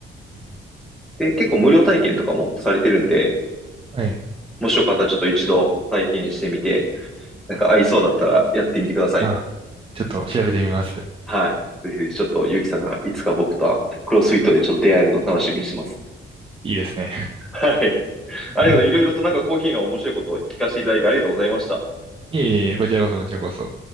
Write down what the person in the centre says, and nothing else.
で、結構無料体験とかもされてるんで、
もしよかったらちょっと一度体験してみて、なんか合いそうだったらやってみてください。
はい。ぜひぜひちょっとゆうきさんがいつか僕とクロスフィットでちょっと出会えるのを楽しみにしてます。
はい。ありがとう。
いろいろとなんかコーヒーの面白いことを聞かせていただいてありがとうございました。